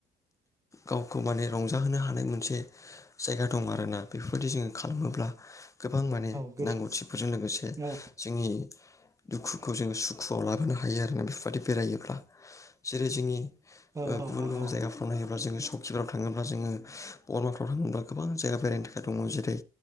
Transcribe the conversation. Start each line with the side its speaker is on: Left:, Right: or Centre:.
Left: गावखौ माने रंजाहोनो हानाय मोनसे जायगा दं आरोना बेफोरबायदि जोङो खालामोब्ला गोबां माने
Right: औ गोसो
Left: नांगौथिफोरजों लोगोसे
Right: औ
Left: जोंनि दुखुखौ जोङो सुखुआव लाबोनो हायो आरोना बेफोरबायदि बेरायोब्ला। जेरै जोंनि
Right: औ औ
Left: गुबुन गुबुन
Right: औ
Left: जायगाफ्राव नायोब्ला जोङो सकिफोराव थाङोब्ला जोङो बरमाफ्राव थाङोब्ला गोबां जायगा बेरायनो थाखाय दङ जेरै